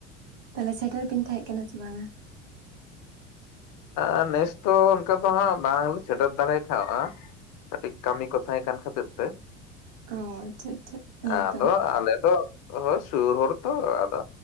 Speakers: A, on the right; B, on the left.
A: ᱛᱟᱦᱚᱞᱮ ᱥᱮᱴᱮᱨ ᱵᱤᱱ ᱛᱟᱦᱮᱸ ᱠᱟᱱᱟ ᱥᱮ ᱵᱟᱝᱼᱟ?
B: ᱟᱻ ᱱᱮᱥ ᱫᱚ ᱚᱱᱠᱟ ᱫᱚ ᱦᱟᱸᱜ ᱵᱟᱝ ᱞᱮ ᱥᱮᱴᱮᱨ ᱫᱟᱲᱮ ᱠᱷᱟᱣᱼᱟ᱾ ᱠᱟᱹᱴᱤᱡ ᱠᱟᱹᱢᱤ ᱠᱚ ᱛᱟᱦᱮᱸ ᱠᱟᱱ ᱠᱷᱟᱹᱛᱤᱨ ᱛᱮ
A: ᱚ ᱟᱪᱪᱷᱟ ᱟᱪᱪᱷᱟ ᱦᱮᱸᱛᱚ
B: ᱟᱫᱚ ᱟᱞᱮ ᱫᱚ ᱦᱳ ᱥᱩᱨ ᱦᱚᱲ ᱛᱚ ᱟᱫᱚ